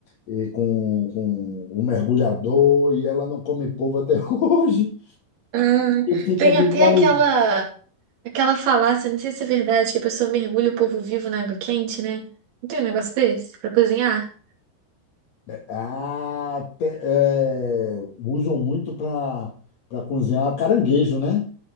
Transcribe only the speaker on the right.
Ah,
tem
até aquela aquela falácia, não sei se é verdade, que a pessoa mergulha o povo vivo na água quente, né? Não tem um negócio desse pra cozinhar?